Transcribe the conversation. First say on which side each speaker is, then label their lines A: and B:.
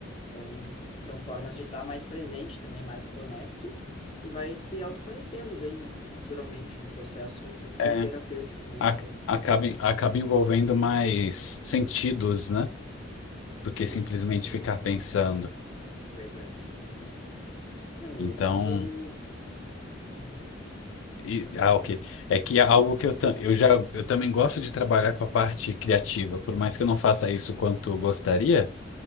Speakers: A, on the left (about 30°); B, on the left (about 80°).
A: Então, são formas de estar mais presente também, mais conecto, e vai se autoconhecendo daí, né? Naturalmente, um processo muito
B: É,
A: terapêutico mesmo
B: ac-
A: também.
B: acaba, acaba envolvendo mais sentidos, né? Do
A: Sim,
B: que simplesmente
A: e-
B: ficar pensando.
A: verdade. Também. Não, e
B: Então,
A: o próprio... Uhum,
B: e- ah, ok. É que é algo que eu, ta- eu já eu também gosto de trabalhar com a parte criativa, por mais que eu não faça isso quanto gostaria,